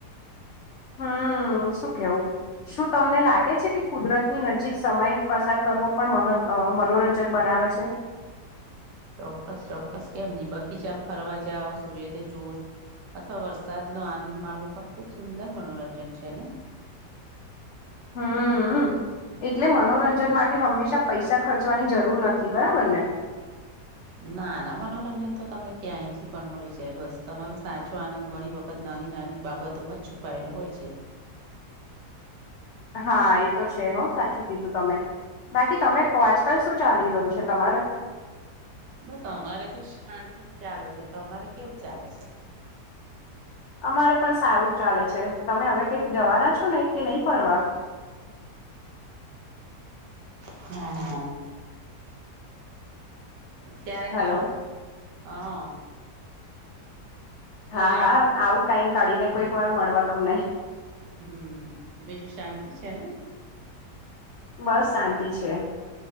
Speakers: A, on the left; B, on the right.
A: હમ શું કેવું શું તમને લાગે છે કે કુદરતની નજીક સમય પસાર કરવો પણ મહ મનોરંજન બનાવે છે.
B: ચોક્કસ ચોક્કસ કેમ નઈ બગીચામાં ફરવા જાઓ સૂર્યોદય જોશ. અથવા વરસાદ નો આનંદ માણવો પણ ખુબ સુંદર મનોરંજન છે ને.
A: હમ હમ. એટલે મનોરંજન માટે હંમેશા પૈસા ખર્ચવાની જરૂર નથી બરાબર ને.
B: નાના મનોરંજન તો તમને ક્યાંયથી પણ મળી જાય બસ તમારું સાચું આનંદ ઘણી વખત ત નાની નાની બાબતોમાં છુપાયેલો હોય છે.
A: હા એ તો છે હોં સાચું કીધું. તમે બાકી તમે કો આજકાલ શું ચાલી રહ્યું છે તમારે.
B: બસ અમારે તો શાંતિ ચાલે છે તમારે કેવું ચાલે છે?
A: અમારે પણ સારું જ ચાલે છે તમે હવે કઈક જવાના છો નહી કે નહી ફરવા.
B: <inaudible> ક્યારેક
A: હલો
B: આવો હ. ઘરે
A: હા હા
B: આવ
A: આવું ટાઈમ કાઢી ને કોઈક વાર મળવા તમને.
B: હમ બીજું શાંતિ છે ને?
A: બસ શાંતિ છે.